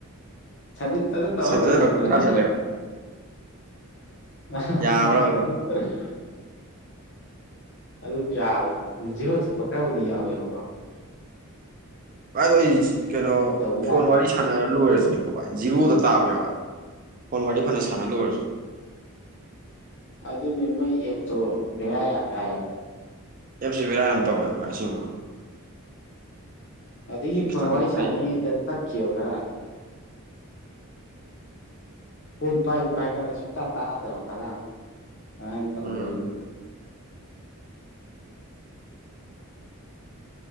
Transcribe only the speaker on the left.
ꯁꯟꯖꯤꯠ ꯇꯥꯗꯥ ꯇꯧꯔꯒꯥ
ꯂꯣꯏꯁꯤꯟ
ꯈꯔ꯭ꯕꯅꯦꯕꯥ
<inaudible>
ꯑꯗꯨꯝ ꯌꯥꯕꯅꯤ ꯑꯗꯨ ꯖꯤꯔꯣ ꯆꯠꯄ ꯈꯔꯕꯨꯗꯤ ꯌꯥꯎꯋꯦꯕꯀꯣ
ꯇꯧꯕ
ꯌꯥꯗ
ꯑꯗꯨꯗꯅꯤ ꯃꯣꯏ ꯑ ꯕꯦꯔꯥ ꯌꯥꯝ ꯀꯥꯌꯦꯕ
ꯑꯗꯨꯒꯤ
ꯐꯣꯟ ꯋꯥꯔꯤ ꯁꯥꯟꯅꯔꯤꯉꯩꯗ
ꯇꯠꯈꯤꯕꯕ ꯈꯔ ꯐꯣꯟ ꯄꯥꯏꯗꯤ ꯄꯥꯏꯈꯠꯂꯒ ꯁꯨꯡꯇꯥ ꯇꯥꯅꯗꯕ ꯈꯔ ꯑꯗꯨꯃꯥꯏꯅ ꯇꯧ
ꯂꯩꯔꯦ